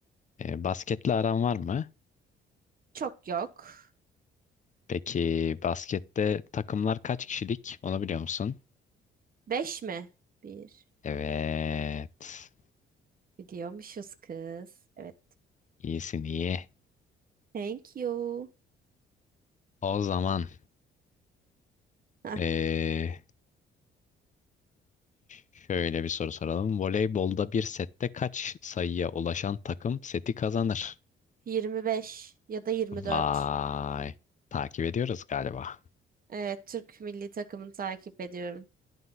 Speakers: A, on the left; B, on the right.
A: E, basketle aran var mı?
B: Çok yok.
A: Peki baskette takımlar kaç kişilik? Onu biliyor musun?
B: Beş mi? Bir.
A: Evet.
B: Biliyormuşuz kız. Evet.
A: İyisin iyi.
B: Thank you.
A: O zaman
B: Hah,
A: eee, şöyle bir soru soralım. Voleybolda bir sette kaç sayıya ulaşan takım seti kazanır?
B: 25 ya da 24.
A: Vay. Takip ediyoruz galiba.
B: Evet, Türk milli takımını takip ediyorum.